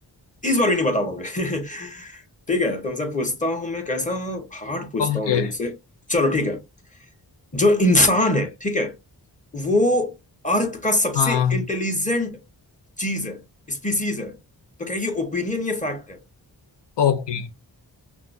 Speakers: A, on the left (about 20°); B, on the left (about 75°).
A: इस बार भी नहीं बता पाओगे <laughs> ठीक है तुमसे पूछता हूँ मैं कैसा हार्ड पूछता
B: okay
A: हूँ तुमसे चलो ठीक है जो इंसान है ठीक है वो अर्थ का सबसे
B: हाँ
A: इंटेलिजेंट चीज है स्पीसीज है तो क्या ये ओपिनियन ये फैक्ट है
B: Okay